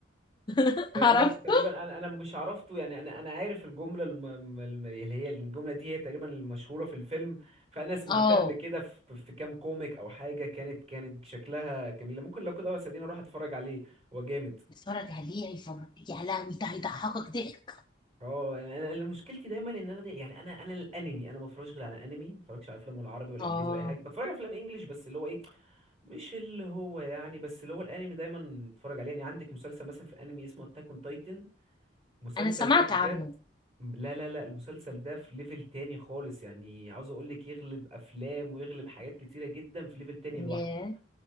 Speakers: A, on the left; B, on the right.
A: <laughs>
B: تقريبا
A: عرفته
B: تقريبا انا انا مش عرفته يعني انا انا عارف الجمله الم... الم- اللي هي الجمله دي هي تقريبا المشهوره في الفيلم فانا سمعتها
A: اه
B: قبل كده في, في كام كوميك او حاجه كانت كانت شكلها جميله ممكن لو كده بس اديني اروح اتفرج عليه هو جامد
A: اتفرج عليه هيفرج يا لهوي ده هيضحكك ضحك
B: اه انا أنا- أنا مشكلتي دايما ان انا دي يعني انا انا الانمي انا ما بتفرجش غير على انمي ما بتفرجش على افلام ولا عربي ولا
A: اه
B: انجليزي ولا اي حاجه بتفرج على افلام انجليش بس اللي هو ايه مش اللي هو يعني بس اللي هو الانمي دايما اتفرج عليه يعني عندك مسلسل مثلا في انمي اسمه اتاك اون تايتن المسلسل
A: انا سمعت
B: ده بجد
A: عنه
B: لا لا لا المسلسل ده في ليفل تاني خالص يعني عاوز اقولك يغلب افلام ويغلب حاجات كتيرة جدا في ليفل تاني لوحده
A: ياه